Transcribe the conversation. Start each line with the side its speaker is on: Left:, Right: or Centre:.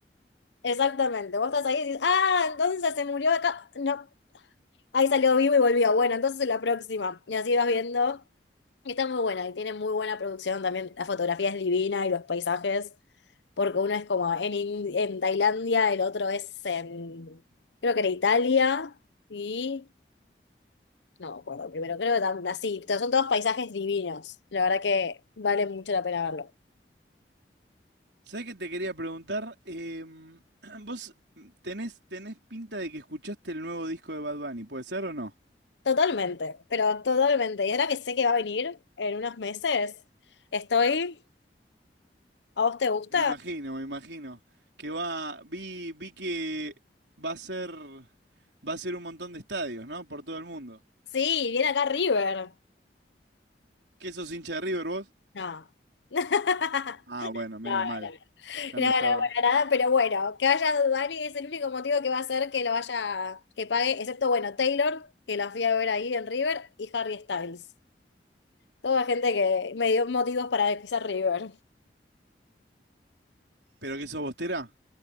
Left: Exactamente. Vos estás ahí y dices, ah, entonces se murió acá. No, ahí salió vivo y volvió. Bueno, entonces en la próxima. Y así vas viendo. Y está muy buena y tiene muy buena producción también. La fotografía es divina y los paisajes. Porque uno es como en, In- en Tailandia, el otro es en, creo que era Italia. Y no me acuerdo primero, creo que tam- así. pero Son todos paisajes divinos. La verdad que vale mucho la pena verlo.
Right: ¿Sabés qué te quería preguntar? Em, <clears throat> vos tenés, tenés pinta de que escuchaste el nuevo disco de Bad Bunny, ¿puede ser o no?
Left: Totalmente, pero totalmente. Y ahora que sé que va a venir en unos meses, estoy. ¿A vos te gusta?
Right: Me imagino, me imagino. Que va, vi, vi que va a ser, va a ser un montón de estadios, ¿no? Por todo el mundo.
Left: Sí, viene acá River.
Right: ¿Qué sos hincha de River vos?
Left: No. <laughs>
Right: Ah, bueno, menos
Left: No, no,
Right: mal.
Left: no.
Right: Ya
Left: No,
Right: me
Left: no,
Right: estaba.
Left: para nada, pero bueno, que vaya Dani es el único motivo que va a hacer que lo vaya, que pague, excepto, bueno, Taylor, que la fui a ver ahí en River, y Harry Styles. Toda gente que me dio motivos para pisar River.
Right: ¿Pero qué sos bostera?